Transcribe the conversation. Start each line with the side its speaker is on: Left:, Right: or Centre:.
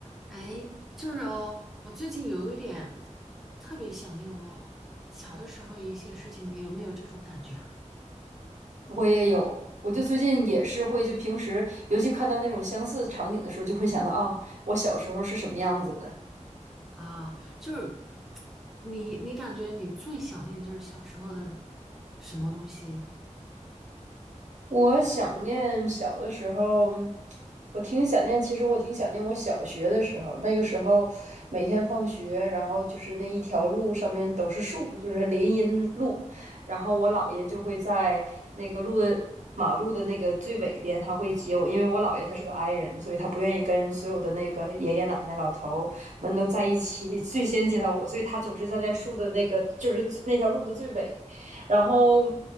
Centre: 哎，就是哦，我最近有一点特别想念我小的时候一些事情，你有没有这种感觉啊？
Right: 我也有，我就最近也是会，就平时尤其看到那种相似场景的时候，就会想到啊，我小时候是什么样子的。
Centre: 啊，就是你，你感觉你最想念就是小时候的什么东西？
Right: 我想念小的时候，我挺想念。其实我挺想念我小学的时候，那个时候每天放学，然后就是那一条路上面都是树，就是林荫路。然后我姥爷就会在那个路的马路的那个最尾边，他会接我，因为我姥爷他是个 i 人，所以他不愿意跟所有的那个爷爷奶奶、老头们都在一起，最先接到我，所以他总是站在树的那个，就是最那条路的最尾。然后